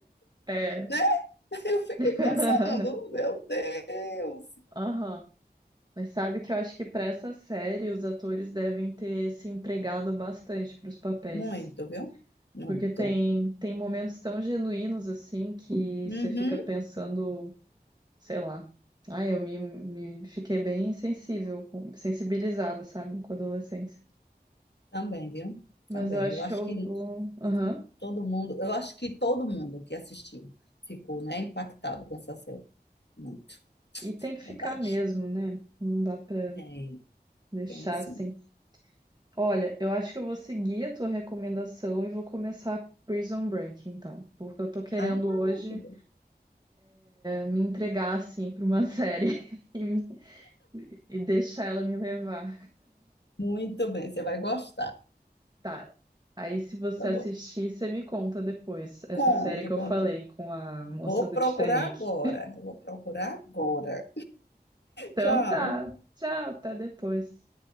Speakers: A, on the right; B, on the left.
A: É.
B: né? <laughs> Eu fiquei
A: <laughs>
B: pensando, meu Deus.
A: Aham. Mas sabe que eu acho que para essa série os atores devem ter se entregado bastante para os papéis.
B: Muito, viu? Muito.
A: Porque tem, tem momentos tão genuínos assim que
B: Uhum.
A: você fica pensando, sei lá. Ah, eu me, me fiquei bem sensível, com- sensibilizada, sabe, com a adolescência.
B: Também, viu?
A: Mas
B: Também.
A: eu acho
B: Eu
A: que
B: acho
A: eu
B: que
A: vou. Aham.
B: todo mundo, eu acho que todo mundo que assistiu ficou, né, impactado com essa série. Muito,
A: E tem que
B: verdade.
A: ficar mesmo, né? Não dá pra
B: Tem,
A: deixar
B: tem sim.
A: assim. Olha, eu acho que eu vou seguir a tua recomendação e vou começar Prison Break, então. Porque eu tô querendo
B: Ah,
A: hoje
B: que bom.
A: me entregar assim para uma série <laughs> e, me- e deixar ela me levar.
B: Muito bem, você vai gostar.
A: Tá. Aí, se você
B: Tá
A: assistir,
B: bom.
A: você me conta depois essa
B: Conto,
A: série que eu
B: conto.
A: falei com a moça
B: Vou
A: do
B: procurar
A: Titanic.
B: agora. Vou procurar agora.
A: Então
B: Tchau.
A: tá. Tchau, até depois.